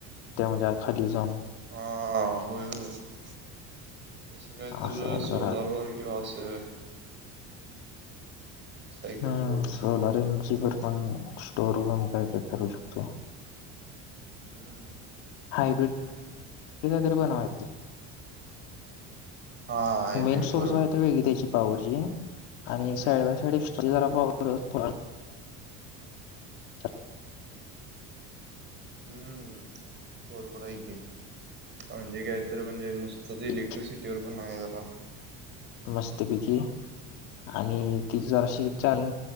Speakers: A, on the left; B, on the right.
A: त्या म्हणजे खाली जाऊन
B: हा होय होय तसं काय तर
A: असं पण
B: सोलार
A: करायला
B: वर ह्यो असं सायकल
A: हम्म
B: प्रोडक्ट्स
A: सोलार
B: घेऊन असं
A: एनर्जी
B: काय तर करूया
A: वर पण स्टोरवरून काय काय करू शकतो.
B: हम्म
A: हायब्रीडरी हे काय तरी बनवायचं
B: हा हायब्रीड
A: मेन सोर्स
B: बरोबर
A: आहे तर वेगळी त्याची पावरची आणि साईड बाय साईड एक्स्ट्रा जरा <unintelligible>
B: हम्म बरोबर हाय की म्हणजे काय तर म्हणजे नुसत सध्या इलेक्ट्रिसिटीवरर
A: एक
B: पण आहे जरा
A: मस्त पिकी आणि ती जर अशी छान